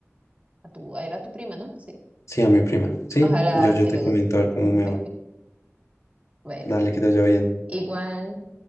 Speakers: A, on the right; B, on the left.
A: tu, a, era tu prima, ¿no? Sí.
B: Sí, a mi prima. Sí,
A: Ojalá
B: yo, yo
A: sí
B: te
A: le
B: comento
A: guste.
B: a ver cómo
A: <laughs>
B: me va.
A: Bueno,
B: Dale, que te vaya bien.
A: igual.